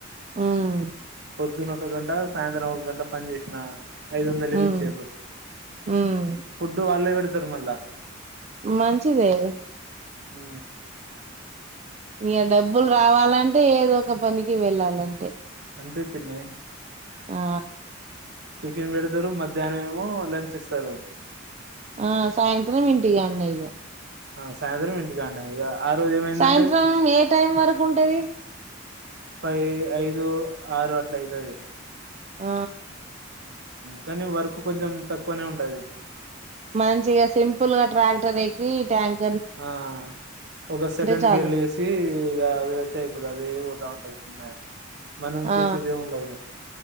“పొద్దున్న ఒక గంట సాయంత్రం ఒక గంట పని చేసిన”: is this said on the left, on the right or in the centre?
Right